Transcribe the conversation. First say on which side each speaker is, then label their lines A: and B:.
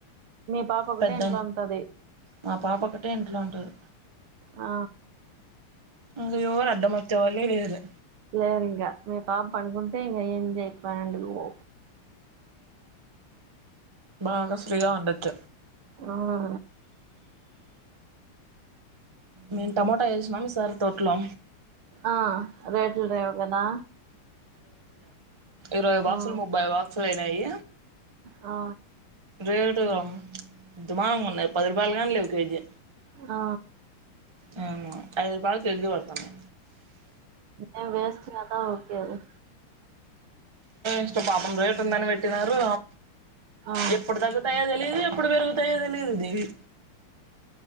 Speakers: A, on the right (about 75°); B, on the right (about 15°).
A: మీ పాప ఒకటే
B: పెద్ద
A: ఇంట్లో ఉంటది
B: మా పాప ఒకక్కటే ఇంట్లో ఉంటుంది
A: ఆ
B: అంగ యోరు అడ్డం వచ్చే వల్లే లేరు
A: లేరికా మీ పాప పనుకుంటే ఇం ఏం జయినం పో
B: బాగా ఫ్రీగా ఉండచ్చ
A: ఆ ఆ
B: మేము టమోటా వేసినం సారి తోట్లో
A: ఆ రేట్లు రేవు కదా
B: ఇరవై బాక్సులు
A: ఆ
B: ముబై బాక్సులు అయినాయి
A: ఆ
B: రేటు దమాగంగా ఉన్నాయి పది రూపాయలు కాని లేవు కేజీ
A: అ
B: ఆ ఐదు రూపాయల కే జీ పడతాన్నా
A: టై వేస్ట్ కాదా ఓకే అ
B: ఇష్ట పాపం రేట్ ఉందని పెట్టినారు
A: ఆ
B: ఎప్పుడు తగ్గుతయ తెలియదు ఎప్పుడు పెరుగుతయ తెలియదు దీవి